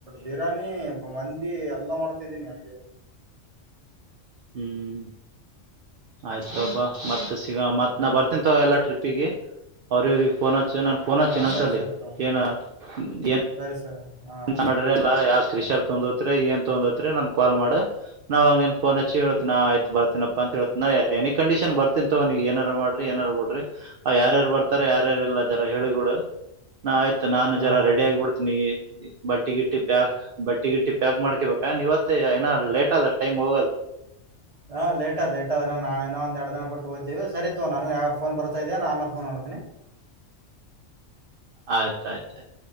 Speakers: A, on the right (about 30°); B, on the right (about 60°).
A: ಬಿರಿಯಾನಿ ನಾನಿ ಮಂದಿ ಎಲ್ಲ ಮಾಡ್ತಿದ್ದೀನಿ ನಂಗೆ
B: ಹ್ಮ್ ಆಯ್ತಬಾ ಮತ್ ಸಿಗ ಮತ್
A: ಹ್ಮ್
B: ನಾ ಬರ್ತೀನ ತ ಎಲ್ಲ ಟ್ರಿಪ್ ಿಗೆ ಅವ್ರ ಇವ್ರಿಗೆ ಫೋನ್ ಹಚ್ಚ ನನ್ ಫೋನ್ ಹಚ್ಚಿನ
A: ಹಾ
B: ಒಂದ್ಸಲಿ
A: ಸರಿ ಸರಿ ತಗೋ
B: ಏನ ಏ
A: ಸರಿ ಸರಿ ಹಾ
B: ಎಂತ ಮಾಡಿದ್ರ ಎಲ್ಲ ಯಾವ ಕೃಷಿರ್ ತೊಂದರಿ ಏನ್ ತೊಂದತ್ರಿ ನನ್ ಕಾಲ್ ಮಾಡ ನಾವಾಗ ನಿನಗ್ ಫೋನ್ ಹಚ್ಚಿ ಹೇಳ ಆಯ್ತತ್ ಬರ್ತೀನಪ್ಪ ಅಂತ ಹೇಳ ಎನಿ ಕಂಡೀಷನ್ ಬರ್ತನಿ ನೀ ಏನಾರ ಮಾಡ್ರಿ ಏನಾರ ಬಿಡ್ರಿ ಆ ಯಾರ್ಯಾರು ಬರ್ತಾರ ಯಾರ್ಯಾರ ಇಲ್ಲ ಜರ ಹೇಳಿಗೂಡ ನಾ ಆಯ್ತು ನಾನು
A: ಹಾ
B: ಜರ
A: ಹಾ
B: ರೆಡಿ ಆಗಿಬ ಬಿಡ್ತೇನಿ ಬಟ್ಟಿ ಗಿಟ್ಟಿ ಪ್ಯಾಕ್ ಬಟ್ಟಿ ಗಿಟ್ಟಿ ಪ್ಯಾಕ್ ಮಾಡ್ಕೇಬೇಕಾ ನೀವತ್ತ ಏನ ಲೇಟ್ ಅದ ಟೈಮ್ ಹೋಗದ್
A: ಹ್ಮ ಹಾ ಲೇಟ್ ಅ ಲೇಟ್ ಅದ ನಾವ ಇನ್ ಒಂದ ಎರಡು ದಿನ ಬಿಟ್ಟ ಹೊಯತೀವಿ ಸರೀ ತಗೋ ನನಗೂ ಯಾವ್ಯಾವ್ ಫೋನ ಬರತ ಇದೆ ಆಮೇಲೆ ಮಾಡ್ತೀನಿ <inaudible>
B: ಆಯ್ತು ಆಯ್ತ ಆಯ್ತು